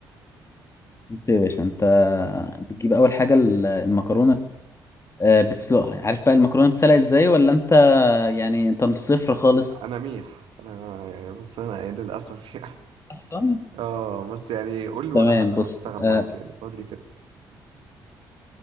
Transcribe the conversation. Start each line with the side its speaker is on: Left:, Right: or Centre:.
Left: بص يا باشا انت
Right: قول لي.
Left: بتجيب اول حاجة ال- المكرونة آه، بتسلقها عارف بقى المكرونة بتسلق ازاي ولا انت يعني انت من الصفر خالص
Right: انا ميح انا يعني بص انا ايه للاسف <laughs>
Left: اصلا
Right: اه بس يعني قول لي وانا
Left: تمام بص
Right: هشتغل
Left: آه،
Right: معاك يعني قول لي كده